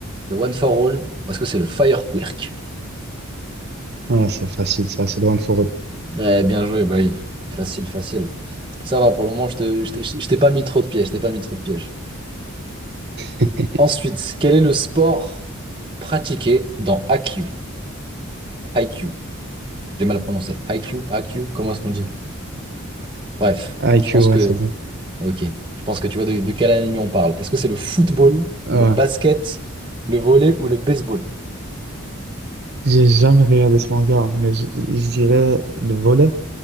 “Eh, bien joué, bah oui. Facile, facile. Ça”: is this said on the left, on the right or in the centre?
Right